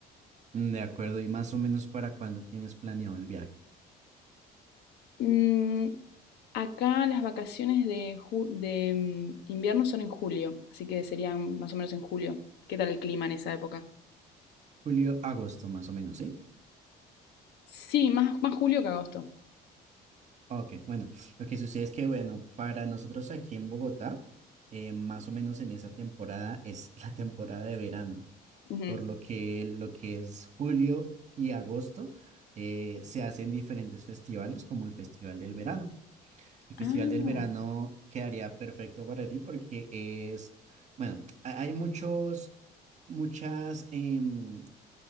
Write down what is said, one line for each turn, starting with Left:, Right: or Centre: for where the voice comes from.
Right: De acuerdo, y más o menos para cuándo tienes planeado el viaje.
Left: Mm, acá las vacaciones de, ju- de mm, invierno son en julio, así que serían más o menos en julio. ¿Qué tal el clima en esa época?
Right: Julio, agosto, más o menos, ¿sí?
Left: Sí, más, más julio que agosto.
Right: Ok, bueno, lo que sucede es que, bueno, para nosotros aquí en Bogotá, eh, más o menos en esa temporada es <laughs> la temporada de verano,
Left: Ujú.
Right: por lo que lo que es julio y agosto eh, se hacen diferentes festivales, como el Festival del Verano. El Festival
Left: Ah,
Right: del Verano quedaría perfecto para ti porque es, bueno, ha- hay muchos, muchas, em,